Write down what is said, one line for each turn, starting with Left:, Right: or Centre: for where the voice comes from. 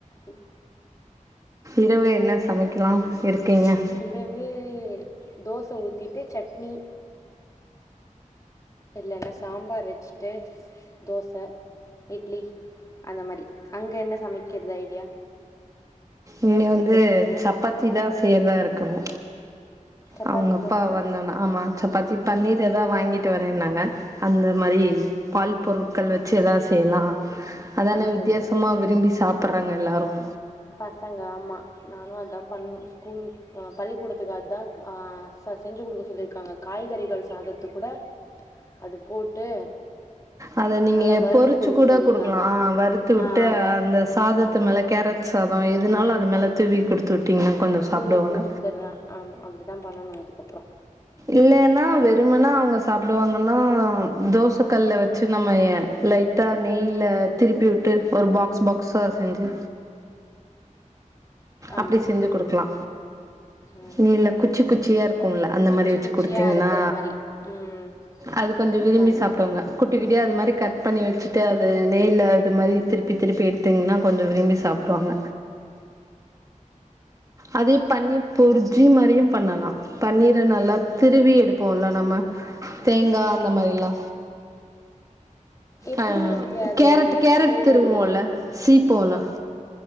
Left: உம்
Right: இரவு என்ன சமைக்கலாம்
Left: ம்
Right: இருக்கீங்க
Left: இரவு தோச ஊத்தி சட்னி இல்லனா சாம்பார் வெச்சுட்டு தோச இட்லி அந்த மாரி அங்க என்ன சமைக்கற்து ஐடியா
Right: இங்க
Left: யோசிச்சு
Right: வந்து
Left: வச்சுருக்கீங்க
Right: சப்பாத்தி தா ஸ் செய்யறதா இருக்கறோ
Left: சப்பாத்திக்கு
Right: அவுங்க அப்பா
Left: தொட்டுக்க
Right: வந்தோன ஆமா சப்பாத்தி பன்னீர் எதா வாங்கிட்டு வரேன்னாங்க அந்த மாரி பால் பொருட்கள் வச்சு எதாவது செய்லா அதான
Left: பால்
Right: வித்தியாசமா
Left: பொறுப்பு
Right: விரும்பி சாப்பர் வாங்க எல்லாரும்
Left: பசங்க ஆமா நானு அதா பன்னும் ஸ்கூல் ஆ பள்ளிக்கூடத்துகு அதான் கா ச செஞ்சு குடுக்க சொல்லிர்காங்க காய்கறிகள் சாதத்துக் கூட அது போட்டு
Right: அத நீங்க
Left: நல்லா வறுத்து
Right: பொறிச்சு
Left: கொடுக்க
Right: கூட
Left: சொல்லியிருக்காங்க
Right: குடுக்கலா அ வறுத்து வுட்டு
Left: ஆ வ
Right: அந்த சாதத்து
Left: வ
Right: மேல கேரட் சாதோ எதுனாலு அது மேல தூவி குடுத்து வுட்டீங்னா கொஞ்ஜோ சாப்டுவாங்க
Left: தூவி கொடுத்துட்றேன் ஆமாம் அப்படி தான் பண்ணணும் இதுக்கப்புறம்
Right: இல்லைன்னா வெறும்மனா அவங்க சாப்டுவாங்கன்னா தோச கல்ல வச்சு நம்ம லைட்டா நெய்ல திருப்பி உட்டு ஒரு பாக்ஸ் பாக்ஸா செஞ்சு
Left: ஆமாம்
Right: அப்டி செஞ்சு குடுக்கலா
Left: ம்
Right: நீ இல்ல குச்சி குச்சியா இருக்கும்ல அந்த
Left: குச்சி
Right: மாரி
Left: குச்சியாக
Right: குடுத்தீங்ன்னா
Left: இருக்கிற மாதிரி ம்
Right: அது கொஞ்சோ விரும்பி
Left: பண்
Right: சாப்டுவாங்க குட்டி ட்டியா அந்த மாரி கட் பண்ணி வெச்ட்டு அது நெய்ல அது மாரி திருப்பி திருப்பி எடுத்திங்னா கொஞ்ஜோ விரும்பி சாப்டுவாங்க அதே பண்ணீர் பொர்ஜி மாரியு பண்ணலா பண்ணீர நல்லா திருவி எடுப்போம்ல நம்ம தேங்கா அந்த மாரிலா
Left: எப்படி
Right: ஆ
Left: எனக்கு அது
Right: கேரட்டு கேரட்
Left: செய்ய
Right: திருவோல
Left: தெரியலையே
Right: சீ போல